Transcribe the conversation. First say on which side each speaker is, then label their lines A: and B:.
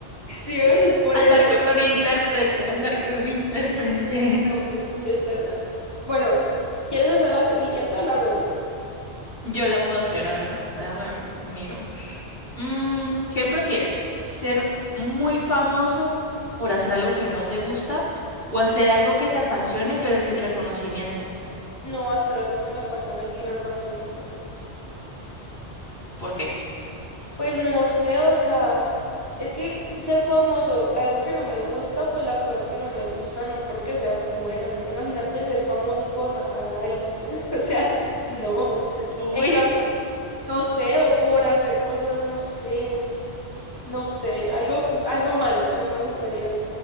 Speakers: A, on the left; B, on the left.
A: <laughs> Sí, eso es por eso.
B: Andar con un intérprete, andar con un intérprete.
A: Pero pues sí, es verdad. Bueno, ¿quieres hacer la siguiente o la hago yo?
B: <laughs> Yo la puedo hacer, a ver,
A: Vale.
B: déjame ver, miro. Mm, ¿qué prefieres? ¿Ser muy famoso por hacer algo que no te gusta o hacer algo que te apasione pero sin reconocimiento?
A: No hacer algo que me apasione sin reconocimiento.
B: ¿Por qué?
A: Pues no sé, o sea, es que ser famoso, algo que no me gusta, pues las cosas que no me gustan no creo que sean buenas, ¿no? Imagínate ser famoso por matar a alguien, ¿no? <laughs> O sea, no.
B: Uy.
A: En cambio, no sé, o por hacer cosas, no sé, no sé, algo, algo malo, no me gustaría.